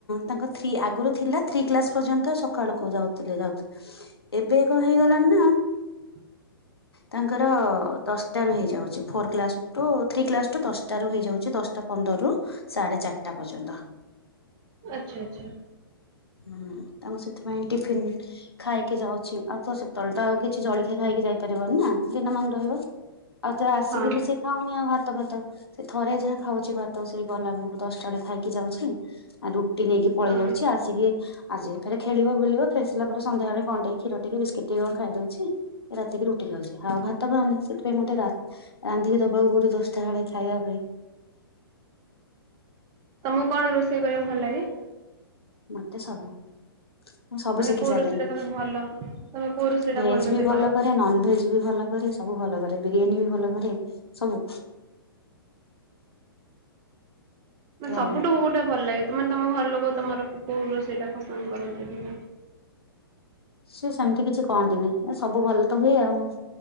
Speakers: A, on the left; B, on the right.
A: ତାଙ୍କ ଥ୍ରୀ ଆଗରୁ ଥିଲା ଥ୍ରୀ କ୍ଲାସ ପର୍ଯ୍ୟନ୍ତ ସକ୍ ସକାଳକୁ ଯାଉଥିଲେ ଯାଉଥିଲେ ଏବେ କଣ ହେଇଗଲାଣି ନା
B: ହ।
A: ତାଙ୍କର ଦଶଟା ରୁ ହେଇଯାଉଛି four class two three class two ଦଶଟା ରୁ ହେଇଯାଉଛି ଦଶଟା ପନ୍ଦରରୁ ସାଢ଼େ ଚାରିଟା ପର୍ଯ୍ୟନ୍ତ।
B: ଆଚ୍ଛା ଆଚଛା।
A: ହୁଁ ତାଙ୍କୁ ସେଥିପାଇଁ ଟିଫିନ ଖାଇକି ଯାଉଛି ଆଉ ତ ସେତବେଳେ ତ ଆଉ କିଛି ଜଳଖଆ ଖାଇକି ଯାଇପାରିବନି ନା। ଦିନ ମାନ ରହିବ ଆଉ ତା ଆସିକି
B: ହଁ
A: ବି ସେ। ଖାଉନି ଆଉ ଭାତ ଭାତ ସେ ଥରେ ଯାହା ଖାଉଛି ଭାତ ସେଇ ଗଲାବେେଳକୁ ଦଶ ଥରେ ଖାଇକି ଯାଉଛି ଆ ରୁଟି ନେଇକି ପଳେଇ
B: ହଁ
A: ଯାଉଛି ଆସିକି ଆସିକି ଫେରେ ଖେଳିବ ବୁଳିବ ଫେ ଆସିଲା ପରେ ସଂଧ୍ଯାବେଳେ କଣଟେ କ୍ଷୀର ଟିକେ ବିସ୍କୁଟ ଟିକେ କଣ ଖାଇ ଦେଉଛି ରାତିକି ରୁଟି ଖାଉଛି ଆଉ ଭାତ ଖାଉନି ସେଥିପାଇଁ ମୁଁ ଟିକେ ରା ରାନ୍ଧିକି ଦବାକୁ ପଡୁ ଦଶଟା ବେଳେ ଖାଇବା ପାଇଁ।
B: ତମକୁ କଣ ରୋଷେଇ କରିବାକୁ ଭଲ ଲାଗେ?
A: ମତେ ସବୁ। ମୁଁ ସବୁ
B: ମାନେ
A: ଶିଖି
B: କୋଉ
A: ସାରିଲିଣି
B: ରୋଷେଇ ଟା ତମେ ଭଲ ତମେ କୋଉ ରୋଷେଇ ଟା
A: ଭେଜ
B: ଭଲସେ
A: ବି ଭଲ
B: କର?
A: କରେ ନନ ଭେଜ ଜି ବି ଭଲ କରେ ସବୁ ଭଲ କରେ ବିରିୟାନୀ ବି ଭଲ କରେ ସବୁ।
B: ମାନେ ସବୁଠୁ
A: ଆଉ
B: କୋଉଟା ଭଲ ଲାଗେ? ମାନେ ତମ ଘର ଲୋକ ତମର କୋଉ ରୋଷେଇଟା ପସନ୍ଦ କରନ୍ତି?
A: ସିଏ ସେମିତି କିଛି କହନ୍ତିନି ସବୁ ଭଲ ତ ହୁଏ ଆଉ